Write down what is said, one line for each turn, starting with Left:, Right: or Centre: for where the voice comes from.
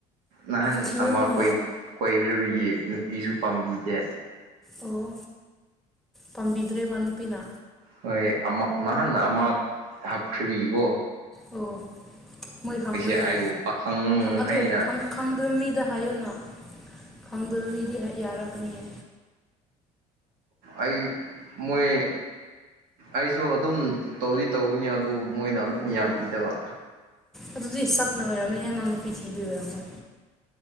Right: ꯅꯍꯟ
Centre: ꯊꯤꯌꯣꯅꯦ
Right: ꯑꯃ ꯀꯣꯏꯈ꯭ꯔꯤꯕꯒꯤ ꯅꯨꯄꯤꯁꯨ ꯄꯥꯝꯕꯤꯗꯦ
Centre: ꯑꯣ ꯄꯥꯝꯕꯤꯗ꯭ꯔꯦꯕ ꯅꯨꯄꯤꯅ
Right: ꯍꯣꯏ ꯑꯃ ꯅꯍꯥꯟꯅ ꯑꯃ ꯍꯥꯞꯈ꯭ꯕꯤꯀꯣ
Centre: ꯑꯣ ꯃꯣꯏ ꯈꯪꯕ꯭ꯔꯅꯦ
Right: ꯑꯩꯕꯨ ꯄꯥꯈꯪ
Centre: ꯑꯗꯨ
Right: ꯍꯩꯅ
Centre: ꯈꯪꯗꯣꯏꯕ ꯃꯤꯗ ꯍꯥꯏꯌꯣꯅ ꯈꯪꯗꯣꯏꯕ ꯃꯤꯗꯤ ꯌꯥꯔꯛꯀꯅꯤꯌꯦ
Right: ꯑꯩ ꯃꯣꯏ ꯑꯩꯁꯨ ꯑꯗꯨꯝ ꯇꯧꯗꯤ ꯇꯧꯅꯤ ꯑꯗꯨ ꯃꯣꯏꯅ ꯑꯗꯨꯝ ꯌꯥꯕꯤꯗꯕ
Centre: ꯑꯗꯨꯗꯤ ꯁꯛꯅ ꯑꯣꯏꯔꯕꯝꯅꯦ ꯍꯦ ꯅꯪꯅ ꯅꯨꯄꯤꯤ ꯊꯤꯕꯤ ꯑꯣꯏꯔꯝꯃꯣꯏ